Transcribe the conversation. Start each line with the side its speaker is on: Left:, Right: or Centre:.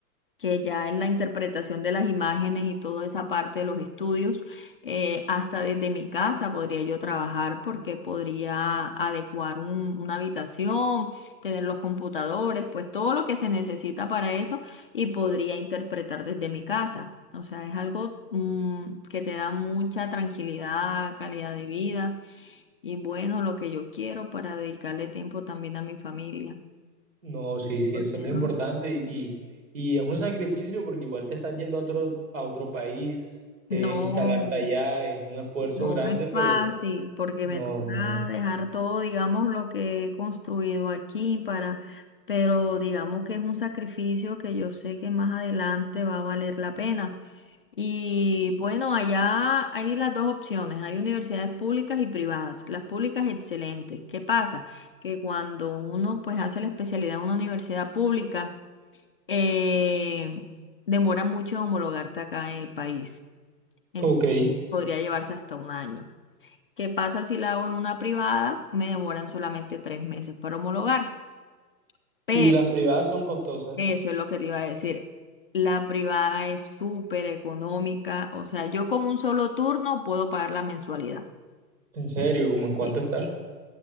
Left: que ya es la interpretación de las imágenes y toda esa parte de los estudios, eh, hasta desde mi casa podría yo trabajar porque podría adecuar un- una habitación, tener los computadores, pues todo lo que se necesita para eso y podría interpretar desde mi casa. O sea, es algo, mm, que te da mucha tranquilidad, calidad de vida y bueno, lo que yo quiero para dedicarle tiempo también a mi familia,
Right: No, sí, sí,
Left: porque
Right: eso es lo
Left: eso
Right: importante y, y es un sacrificio porque igual te estás yendo a otro, a otro país,
Left: no.
Right: es instalarte allá, es un esfuerzo
Left: No
Right: grande,
Left: es
Right: pero
Left: fácil porque
Right: no.
Left: me toca dejar todo, digamos, lo que he construido aquí para, pero digamos que es un sacrificio que yo sé que más adelante va a valer la pena. Y bueno, allá hay las dos opciones, hay universidades públicas y privadas. Las públicas excelentes. ¿Qué pasa? Que cuando uno pues hace la especialidad en una universidad pública, eh, demora mucho en homologarte acá en el país. Entonces,
Right: Ok,
Left: podría llevarse hasta un año. ¿Qué pasa si la hago en una privada? Me demoran solamente tres meses para homologar. Pero
Right: y las privadas son costosas,
Left: eso es lo que te iba a decir. La privada es súper económica. O sea, yo con un solo turno puedo pagar la mensualidad.
Right: en serio, ¿cómo en cuánto
Left: Sí.
Right: está?